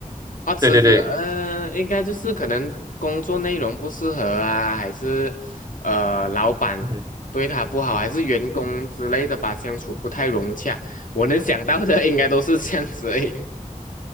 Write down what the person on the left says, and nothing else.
啊，辞职，
嗯、应该就是可能工作内容不适合啊，还是呃，老板对他不好，
还是员工之类的吧，相处不太融洽。我能想到的应该都是这样子而已